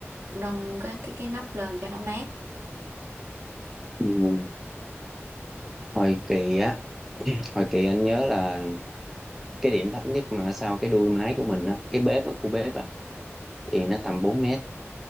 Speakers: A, on the right (about 70°); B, in the centre.
A: nâng cái cái cái nóc lên cho nó mát.
B: Ừ. hồi kỳ á hồi kỳ anh nhớ là cái điểm thấp nhất mà sau cái đuôi máy của mình á cái bếp á khu bếp á thì nó tầm 4 mét